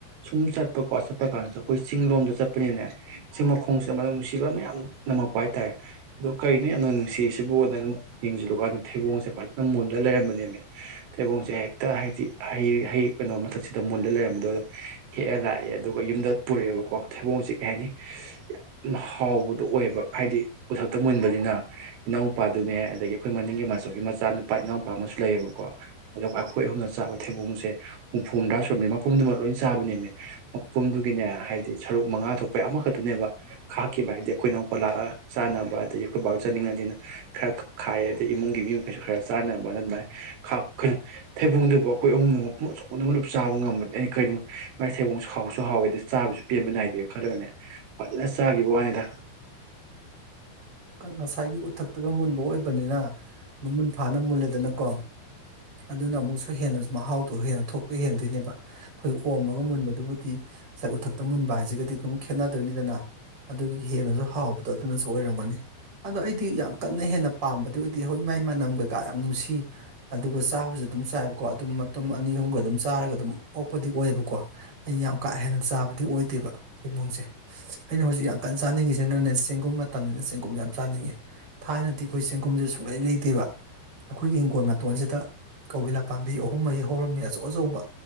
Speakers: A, on the right; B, on the right.
A: ꯁꯨꯝ ꯆꯠꯄꯀꯣ ꯆꯠꯄ ꯀꯥꯟꯗ ꯑꯩꯈꯣꯏ ꯆꯤꯡ ꯂꯣꯝꯗ ꯆꯠꯄ ꯅꯤꯅꯦ ꯁꯤꯨꯝ ꯃꯈꯣꯡꯁꯤꯗ ꯃꯔꯝ ꯅꯨꯡꯁꯤꯕ ꯃꯌꯥꯝ ꯅꯝꯃꯛꯄ ꯍꯥꯏꯇꯥꯔꯦ ꯑꯗꯣ ꯀꯔꯤꯅꯣ ꯌꯥꯝꯅ ꯅꯨꯡꯁꯤꯁꯤꯕꯨ ꯅ ꯑꯗꯨꯝ ꯌꯦꯡꯁꯤꯜꯂꯨꯀꯥꯟꯗ ꯊꯩꯕꯣꯡꯁꯦ ꯐꯖꯅ ꯃꯨꯜꯂꯒ ꯂꯩꯔꯝꯕꯅꯦꯕ ꯇꯩꯕꯣꯡꯁꯦ ꯍꯦꯛꯇ ꯍꯥꯏ ꯍꯧꯛ ꯍꯩ ꯍꯩ ꯀꯩꯅꯣ ꯃꯊꯛꯁꯤꯗ ꯃꯨꯟꯗ ꯂꯩꯔꯝꯕꯗ ꯍꯦꯛꯑꯦ ꯂꯥꯛꯑꯦ ꯑꯗꯨꯒ ꯌꯨꯝꯗ ꯄꯨꯔꯛꯑꯦꯕꯀꯣ ꯊꯩꯕꯣꯡꯁꯦ ꯀꯩ ꯍꯥꯏꯅꯤ ꯌꯥꯝꯅ ꯍꯥꯎꯕꯗꯣ ꯑꯣꯏꯕ ꯍꯥꯏꯗꯤ ꯎꯊꯛꯇ ꯃꯨꯟꯕꯅꯤꯅ ꯏꯅꯥꯎꯄꯥꯗꯨꯅꯦ ꯑꯗꯒꯤ ꯑꯩꯈꯣꯏ ꯃꯅꯤꯡꯒꯤ ꯃꯆꯧꯒꯤ ꯃꯆꯥ ꯅꯨꯨꯄꯥ ꯏꯅꯥꯎꯄꯥ ꯑꯃꯁꯨ ꯂꯩꯌꯦꯕꯀꯣ ꯑꯗꯨꯒꯗ ꯑꯩꯈꯣꯏ ꯑꯍꯨꯝꯅ ꯆ ꯊꯩꯕꯣꯡꯁꯦ ꯍꯨꯝꯐꯨ ꯍꯨꯝꯗ꯭ꯔꯥ ꯁꯨꯕꯅꯤ ꯃꯄꯨꯝꯗꯨꯃ ꯂꯣꯏ ꯆꯥꯕꯅꯦꯃꯦ ꯃꯄꯐꯝꯗꯨꯒꯤꯅꯦ ꯍꯥꯏꯗꯤ ꯁꯔꯨꯛ ꯃꯉꯥ ꯊꯣꯛꯄꯩ ꯑꯃꯈꯛꯇꯅꯦꯕ ꯈꯥꯛꯈꯤꯕ ꯍꯥꯏꯗꯤ ꯑꯩꯈꯣꯏꯅ ꯑꯃꯨꯛ ꯄ ꯂꯥꯛꯑꯒ ꯆꯥꯅꯕ ꯑꯗꯒꯤ ꯑꯩꯈꯣꯏ ꯥꯎ ꯆꯥꯅꯤꯡꯉꯥꯏ ꯈꯔ ꯈꯥꯏ ꯑꯗꯩ ꯏꯃꯨꯡꯒꯤꯩ ꯈꯔ ꯆꯥꯅꯕꯅ ꯑꯗꯨꯃꯥꯏꯅ ꯊꯩꯕ ꯕꯨ ꯑꯩꯈꯣꯏ ꯑꯍꯨꯝꯅ ꯃꯄꯨꯡ ꯑꯆꯧꯕ ꯑꯗꯨꯅ ꯂꯨꯞ ꯆꯥꯕ ꯉꯝꯕꯅꯤ ꯑꯩ ꯀꯩꯅꯣ ꯃꯒꯤ ꯊꯩꯕꯣꯡꯁꯨ ꯍꯥꯎꯕꯁꯨ ꯍꯥꯎꯋꯦ ꯑ ꯆꯥꯕꯁꯨ ꯄꯦꯟꯕ ꯅꯥꯏꯗꯦ ꯈꯜꯂꯒꯅꯦ ꯐꯖꯅ ꯆꯥꯈꯤꯕ ꯋꯥꯅꯤꯗ
B: ꯉꯁꯥꯏꯒꯤ ꯎꯊꯛꯇꯒ ꯃꯨꯟꯕ ꯑꯣꯏꯕꯅꯤꯅ ꯃꯃꯨꯟ ꯐꯥꯅ ꯃꯨꯜꯂꯦꯗꯅꯀꯣ ꯑꯗꯨꯅ ꯑꯃꯨꯛꯁꯨ ꯍꯦꯟꯅ ꯃꯍꯥꯎꯗꯣ ꯍꯦꯟꯅ ꯊꯣꯛꯄ ꯍꯦꯟꯗꯣꯏꯅꯦꯕ ꯑꯩꯈꯣꯏ ꯑꯣꯝꯃꯒ ꯃꯨꯟꯕꯗꯨꯕꯨꯗꯤ ꯉꯁꯥꯏ ꯎꯊꯛꯇ ꯃꯨꯟꯕ ꯍꯥꯏꯁꯤꯒꯗꯤ ꯑꯗꯨꯝ ꯈꯦꯠꯅꯗꯣꯏꯅꯤꯗꯅ ꯑꯗꯨꯒꯤ ꯍꯦꯟꯅꯁꯨ ꯍꯥꯎꯕꯗꯣ ꯑꯗꯨꯅꯁꯨ ꯑꯣꯏꯔꯝꯒ ꯑꯃꯅꯤ ꯑꯗꯣ ꯑꯩꯗꯤ ꯌꯥꯝ ꯀꯟꯅ ꯍꯦꯟꯅ ꯄꯥꯝꯕꯗꯨ ꯑꯣꯏꯗꯤ ꯍꯈꯣꯏ ꯃꯥꯏ ꯃꯅꯝ ꯀꯩꯀꯥ ꯌꯥꯝ ꯅꯨꯡꯁꯤ ꯑꯗꯨꯒ ꯆꯥꯕꯁꯨ ꯑꯗꯨꯝ ꯆꯥꯏꯕꯀꯣ ꯑꯗꯨꯝ ꯃꯇꯝ ꯑꯅꯤ ꯑꯍꯨꯝꯒ ꯑꯗꯨꯝ ꯆꯥꯔꯒ ꯑꯗꯨꯝ ꯑꯣꯛꯄꯗꯤ ꯑꯣꯏꯌꯦꯕꯀꯣ ꯑꯩ ꯌꯥꯝ ꯀꯥ ꯍꯦꯟꯅ ꯆꯥꯕ ꯑꯣꯏꯗꯦꯕꯩꯕꯨꯡꯁꯦ ꯑꯩꯅ ꯍꯧꯖꯤꯛ ꯌꯥꯝ ꯀꯟꯅ ꯆꯥꯅꯤꯡꯉꯁꯤꯦꯅꯅꯦ ꯆꯦꯡꯒꯨꯝ ꯃꯇꯝꯅꯤꯗ ꯆ ꯆꯦꯡꯒꯨꯝ ꯌꯥꯝ ꯆꯥꯅꯤꯡꯉꯦ ꯊꯥꯏꯅꯗꯤ ꯑꯩꯈꯣꯏ ꯆꯦꯡꯒꯨꯝꯁꯦ ꯁꯨꯡꯂꯩ ꯂꯩꯇꯦꯕ ꯑꯩꯈꯣꯏꯒꯤ ꯍꯤꯡꯒꯣꯜ ꯃꯇꯣꯟꯁꯤꯗ ꯀꯧꯕꯤ ꯂꯥ ꯄꯥꯝꯕꯤ ꯑꯍꯨꯝ ꯃꯔꯤ ꯍꯧꯔꯝꯃꯤ ꯑꯆꯧ ꯑꯆꯧꯕ